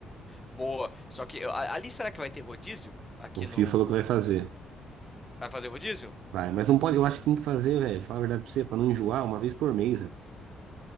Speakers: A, on the left; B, on the right.
A: Boa. Só que a- ali será que vai ter rodízio? Aqui
B: O Fio
A: no.
B: falou que vai fazer.
A: Vai fazer rodízio?
B: Vai, mas não pode, eu acho que tem que fazer, velho. Fala a verdade pra você, pra não enjoar, uma vez por mês, velho.